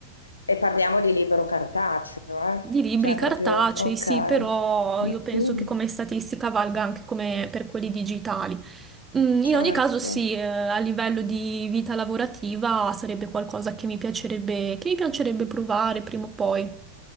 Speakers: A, on the left (about 80°); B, on the right (about 15°).
A: E parliamo di libro cartaceo, eh?
B: Di libri
A: Cioè
B: cartacei,
A: proprio, ok.
B: sì, però io penso
A: Mm,
B: che come statistica valga anche come per quelli digitali. Mm, in
A: Certo.
B: ogni caso, sì, eh, a livello di vita lavorativa sarebbe qualcosa che mi piacerebbe, che mi piacerebbe provare prima o poi.